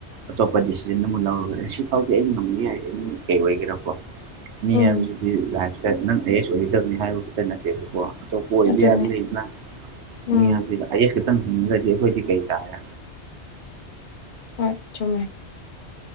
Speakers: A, on the right; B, on the left.
A: ꯑꯇꯣꯞꯄ ꯗꯤꯁꯤꯖꯟ ꯑꯃ ꯂꯧꯔꯒ ꯁꯤ ꯐꯥꯎꯗꯤ ꯑꯩ ꯉꯝꯃꯤ ꯌꯥꯏ ꯑ ꯀꯩ ꯑꯣꯏꯒꯦꯔꯀꯣ ꯃꯤ
B: ꯎꯝ
A: ꯍꯥꯏꯕꯁꯤꯗꯤ ꯂꯥꯏꯐꯇ ꯅꯪ ꯑꯦꯦꯁ ꯑꯣꯏꯒꯗꯕꯅꯤ ꯍꯥꯏꯕ ꯈꯛꯇ ꯅꯠꯇꯦꯕꯀꯣ ꯑꯇꯣꯞꯄ ꯑꯣꯏꯕ
B: ꯑꯗꯨꯅꯦ
A: ꯌꯥꯕ ꯂꯩꯗꯅ
B: ꯎꯝ
A: ꯃꯤꯌꯥꯝꯁꯤꯗ ꯑꯥꯢ ꯌꯦꯁ ꯈꯤꯇꯪ ꯍꯤꯡꯗ꯭ꯔꯗꯤ ꯑꯩꯈꯣꯏꯗꯤ ꯀꯩ ꯇꯥꯔꯦ
B: ꯍꯣꯏ ꯆꯨꯝꯃꯦ